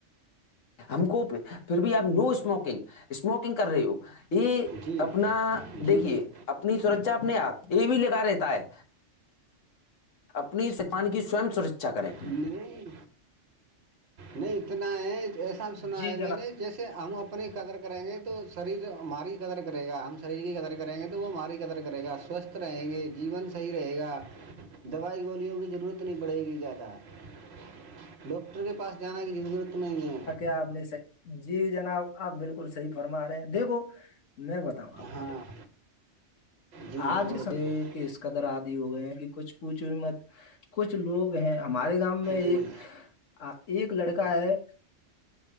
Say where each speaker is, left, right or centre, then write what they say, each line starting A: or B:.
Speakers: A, on the left (about 80°); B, on the right (about 55°).
A: ہم کوپ پھر بھی آپ نو اسموکنگ اسموکنگ کر رہی ہو یہ
B: جی
A: اپنا
B: جی
A: دیکھیے
B: جی
A: اپنی سرچا اپنےات یہ بھی ل کرا رہتا ہے اپنی پان کی سوئ سرچا کریں
B: نہیں نہیں اتنا ہے ایسا بھی سنا
A: جی
B: ہے
A: جناب
B: میں نے جیسے ہم اپنی قدر کریں گے تو شریر ہماری قدر کرے گا ہم شریر کی قدر کریں گے تو وہ ہم ماری قدر کرے گا سوستھ رہیں گے جیون صحیح رہے گا دوائی گوولوں کی ضرورت نہیں پڑے گی زیادہ ڈاکٹر کے پاس جانا کی ضرورت نہیں ہے
A: اپنی س جی جناب آپ بالکل صحیح فرما رہے ہیں دیکھو میں بتاؤں آپ
B: ہاں جی بالکل
A: آج س
B: بالکل
A: کہ قدر آدی ہو گئے ہیں کہ کچھ پوچھ مت کچھ لوگ ہیں ہمارے گاؤں میں
B: جی
A: ایک ایک لڑکا ہے